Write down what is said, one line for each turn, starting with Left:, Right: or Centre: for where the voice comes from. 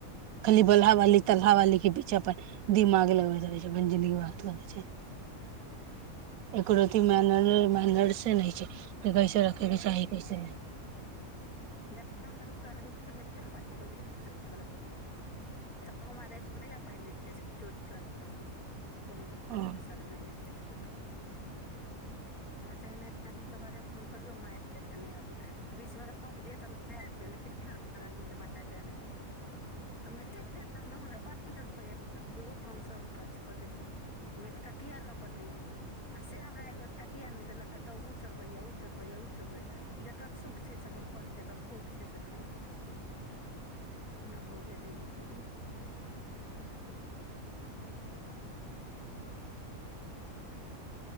Right: खाली बलहा वाली तलहा वाली के पीछा अपन दिमाग लगबैत रहे छै अपन जिन्दगी करै छै एकरो मैर्नस से नहि छै कैसे रखे के चाही कैसे नहि
Left: <unintelligible> कोनो गतर
Right: हँ
Left: मे सरमे नहि छै त <unintelligible> <unintelligible> <unintelligible> हमेत रहल हमरा पाँच सए रुपआ लग ज <unintelligible> हम सब खर्च कऽ देलियै हम एकटाकिया लऽ क नहि एलियै आ से हमरा एगो एकटा किया नहि देलक ह तब उ चोरबैया ऊ चोरबैया ऊ चोरबैया जकर सुख छै से अपन कर जेकर खोग छै से खाइ छै ओना भोगे दैलिखलियै